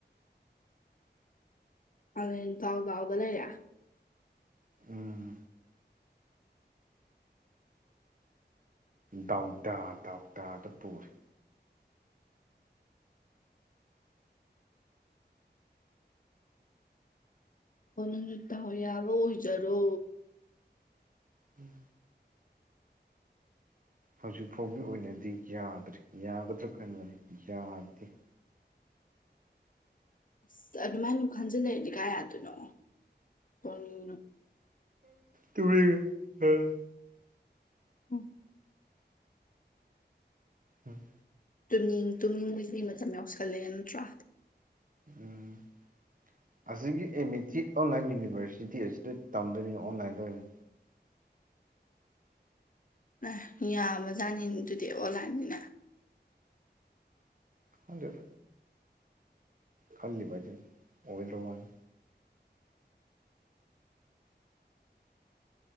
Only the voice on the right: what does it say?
ꯎꯝ ꯗꯥꯎꯗꯥ ꯗꯥꯎꯗꯥꯗ ꯄꯨꯔꯦ
ꯎꯝ ꯍꯧꯖꯤꯛ ꯐꯥꯎꯒꯤ ꯑꯣꯏꯅꯗꯤ ꯌꯥꯗ꯭ꯔꯤ ꯌꯥꯒꯗ꯭ꯔꯥ ꯈꯟꯕꯅꯤ ꯌꯥꯗꯦ
ꯇꯨꯝꯅꯤꯉꯦ ꯎꯝ
ꯎꯝ
ꯎꯝ <unintelligible> ꯑꯁꯤꯒꯤ M A three online university ꯑꯁꯤꯗ ꯇꯝꯗꯣꯏꯅꯤꯅꯣ ꯑꯣꯟꯂꯥꯏꯟꯗ ꯑꯣꯏꯅ
ꯍ <unintelligible> ꯈꯜꯂꯤꯕ ꯍꯥꯢꯗꯨꯅꯤ ꯑꯣꯢꯗ꯭ꯔꯥ ꯋꯥꯅꯤ